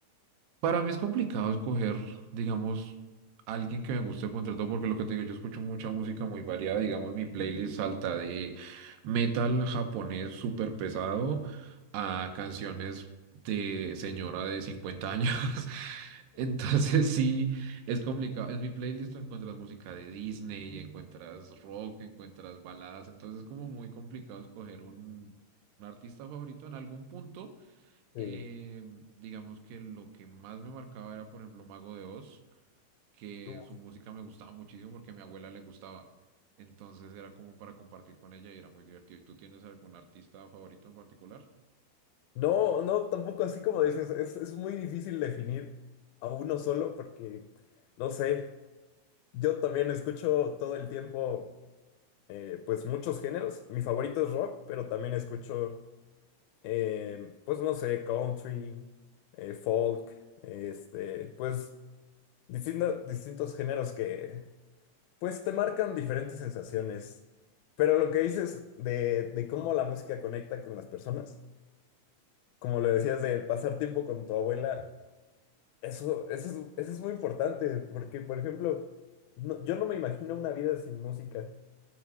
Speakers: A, on the right (about 80°); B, on the left (about 80°).
A: Para mí es complicado escoger, digamos, alguien que me guste contra todo, porque lo que te digo, yo escucho mucha música muy variada, digamos, mi playlist salta de metal japonés súper pesado a canciones de señora de 50 años. <laughs> Entonces sí, es complicado. En mi playlist tú encuentras música de Disney, encuentras rock, encuentras baladas, entonces es como muy complicado escoger un, un artista favorito en algún punto.
B: Digo,
A: Eh, digamos que lo que más me marcaba era, por ejemplo, Mago de Oz, que
B: tú.
A: su música me gustaba muchísimo porque a mi abuela le gustaba. Entonces era como para compartir con ella y era muy divertido. ¿Y tú tienes algún artista favorito en particular?
B: No, no, tampoco así como dices, es, es muy difícil definir a uno solo porque, no sé, yo también escucho todo el tiempo, eh, pues muchos géneros. Mi favorito es rock, pero también escucho, eh, pues no sé, country, eh, folk, este, pues distinto- distintos géneros que, pues, te marcan diferentes sensaciones. Pero lo que dices de, de cómo la música conecta con las personas, como le decías de pasar tiempo con tu abuela, eso, eso es, eso es muy importante, porque, por ejemplo, no- yo no me imagino una vida sin música,